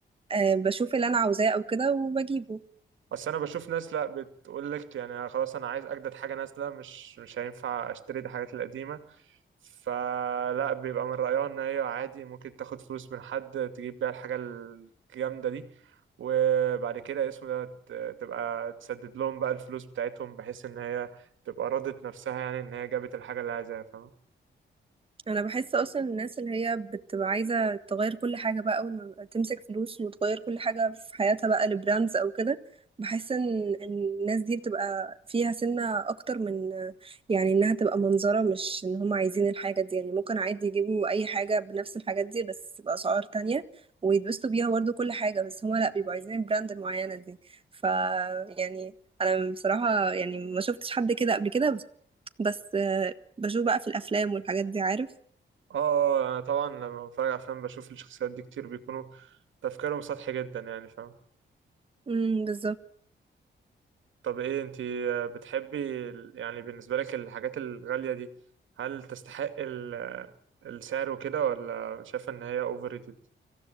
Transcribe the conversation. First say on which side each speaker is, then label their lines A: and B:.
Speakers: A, on the right (about 30°); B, on the right (about 85°).
A: أه بشوف اللي انا عاوزاه او كده وبجيبه
B: بس انا بشوف ناس لا بتقول لك يعني خلاص انا عايز اجدد حاجه نازله مش مش هينفع اشتري الحاجات القديمه فلا بيبقى من رايها ان هي عادي ممكن تاخد فلوس من حد تجيب بيها الحاجه الجامده دي وبعد كده اسمه ده ت- تبقى تسدد لهم بقى الفلوس بتاعتهم بحيث ان هي تبقى راضت نفسها يعني ان هي جابت الحاجه اللي عايزاها فاهم
A: انا بحس اصلا الناس اللي هي بتبقى عايزه تغير كل حاجه بقى اول ما تمسك فلوس وتغير كل حاجه في حياتها بقى لبراندز او كده بحس ان إن الناس دي بتبقى فيها سنه اكتر من يعني انها تبقى منظره مش ان هم عايزين الحاجه دي يعني ممكن عادي يجيبوا اي حاجه بنفس الحاجات دي بس باسعار تانية ويتبسطوا بيها برضه كل حاجه بس هم لا بيبقوا عايزين البراند المعينه دي ف يعني انا بصراحه يعني ما شفتش حد كده قبل كده بس بس آه، بشوف بقى في الافلام والحاجات دي عارف
B: اه انا طبعا لما بتفرج على افلام بشوف الشخصيات دي كتير بيكونوا تفكيرهم سطحي جدا يعني فاهم
A: امم بالظبط
B: طب ايه انت بتحبي ال- يعني بالنسبة لك الحاجات الغالية دي هل تستحق ال- السعر وكده ولا شايفة ان هي اوفر ريتد